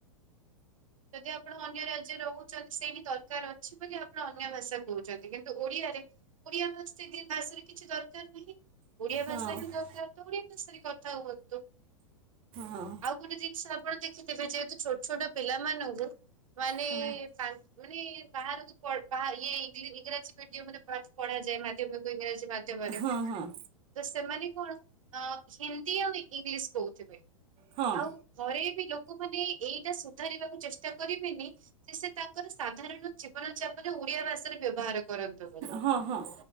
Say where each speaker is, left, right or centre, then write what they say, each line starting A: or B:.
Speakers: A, on the right; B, on the right.
A: ଯଦି ଆପଣ ଅନ୍ୟ ରାଜ୍ୟରେ ରହୁଛନ୍ତି ସେଇଠି ଦରକାର ଅ ଅଛି ବୋଲି ଆପଣ ଅନ୍ୟ ଭାଷାକୁ। କହୁଛନ୍ତି କିନ୍ତୁ ଓଡିଆରେ ଓଡିଆ ଭା ସେ ଦି ଭାଷାରେ କିଛି ଦରକାର ନାହିଁ। ଓଡିଆ ଭାଷା
B: ହଁ
A: ହି ଦରକାର ତ ଓଡିଆ। ରେ କଥା ହୁଅନ୍ତୁ।
B: ହଁ
A: ଆଉ ଗୋଟେ ଜିନିଷ। ପଣ ଦେଖିଥିବେ ଯେହେତୁ ଛୋଟ ଛୋଟ ପିଲା। ମାନଙ୍କୁ ମାନେ
B: ହଁ।
A: ପାଞ୍ଚ ମା ଏ ବାହାରକୁ ପଢ଼ ୟେ ଇଂରାଜୀ ମିଡିମରେ। ପଢ ଯାଏ ମାଧ୍ୟମକୁ ଇଂରାଜୀ ମାଧ୍ୟମରେ
B: ହଁ
A: ତ ସେମାନେ। କଣ ହିନ୍ଦୀ ଆଉ ଇଂଲିଶ କହୁଥିବେ।
B: ହଁ ହଁ
A: ଆଉ ଘରେ ବି ଲୋ ମାନେ ଏଇଟା ଶୁ ଧରିବାକୁ ଚେଷ୍ଟ ଟା କରିବେନି ଯେ ସେ ତାଙ୍କର ସାଧାରଣ ଜୀବନ ଚାପନ ଓଡିଆ ଭାଷାରେ ବ୍ୟବହାର କରନ୍ତୁ ବୋଲି
B: ହଁ ହଁ